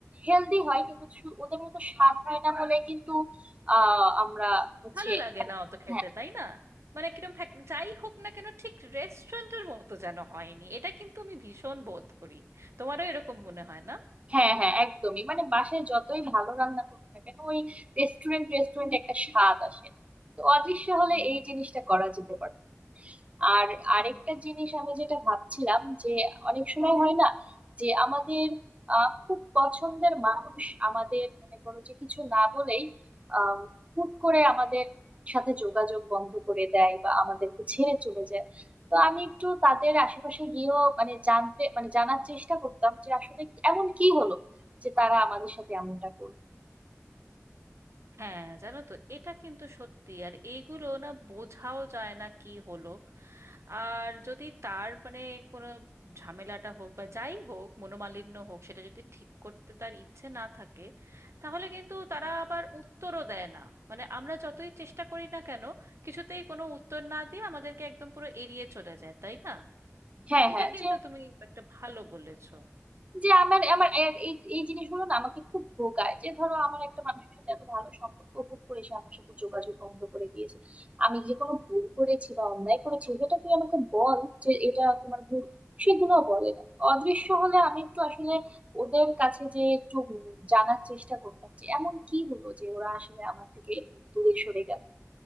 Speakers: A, on the right (about 25°); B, on the right (about 60°).
A: হেলদি হয় কিন্তু শু- ওদের মতো স্বাদ হয় না বলে কিন্তু আহ আমরা হচ্ছে
B: ভালো লাগে না অত খেতে
A: হ্যাঁ
B: তাই না মানে কিরম ফ্যাক- যাই হোক না কেন ঠিক রেস্টুরেন্টের মতো যেন হয়নি এটা কিন্তু আমি ভীষণ বোধ করি তোমারও এরকম মনে হয় না
A: হ্যাঁ হ্যাঁ একদমই মানে বাসায় যতই ভালো রান্না করুক না কেন ওই রেস্টুরেন্ট রেস্টুরেন্ট একটা স্বাদ আসে তো অদৃশ্য হলে
B: হুম
A: এই জিনিসটা করা যেতে পারে আর আরেকটা
B: হুম
A: জিনিস আমি যেটা ভাবছিলাম যে অনেক সময় হয় না যে আমাদের আহ, খুব পছন্দের মানুষ আমাদের মনে করো যে কিছু না বলেই আহ, হুট করে আমাদের সাথে যোগাযোগ বন্ধ করে দেয় বা আমাদেরকে ছেড়ে চলে যায় তো আমি একটু তাদের আশেপাশে গিয়েও মানে জানতে মানে জানার চেষ্টা করতাম যে আসলে এমন কি হলো যে তারা আমাদের সাথে এমনটা করলো
B: হ্যাঁ জানো তো এটা কিন্তু সত্যি আর এইগুলো না বোঝাও যায় না কি হলো আর যদি তার মানে কোনো ঝামেলাটা হোক বা যাই হোক মনোমালিন্য হোক সেটা যদি ঠিক করতে তার ইচ্ছে না থাকে তাহলে কিন্তু তারা আবার উত্তরও দেয় না মানে আমরা যতই চেষ্টা করি না কেন কিছুতেই কোনো উত্তর না দিয়ে আমাদেরকে একদম পুরো এড়িয়ে চলে যায় তাই না
A: হ্যাঁ
B: এটা
A: হ্যাঁ
B: কিন্তু
A: যে
B: তুমি একটা ভালো বলেছো
A: যে আমার আমার এ- এই এই জিনিসগুলো না আমাকে খুব ভোগায় যে ধরো আমার একটা মানুষের সাথে এত ভালো সম্পর্ক হুট করে সে আমার সাথে যোগাযোগ বন্ধ করে দিয়েছে আমি যে কোনো ভুল করেছি বা অন্যায় করেছি সেটা তুই আমাকে বল যে এটা তোমার ভুল সেগুলো বলে না অদৃশ্য হলে আমি একটু আসলে ওদের কাছে যে একটু উম জানার চেষ্টা করতাম যে এমন কি হলো যে ওরা আসলে আমার থেকে দূরে সরে গেল